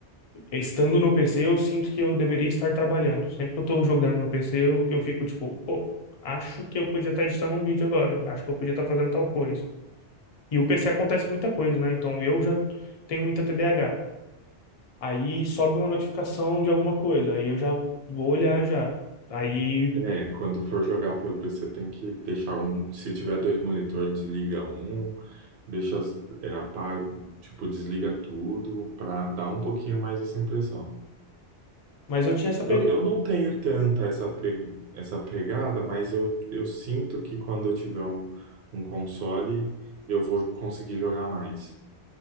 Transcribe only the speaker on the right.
É, quando for jogar pelo PC, tem que deixar um. Se tiver dois monitores, desliga um, deixa, as- é, apaga, tipo, desliga tudo, para dar um pouquinho mais essa impressão.
Eu, eu não tenho tanta essa, pe- essa pegada, mas eu, eu sinto que quando eu tiver um, um console, eu vou conseguir jogar mais.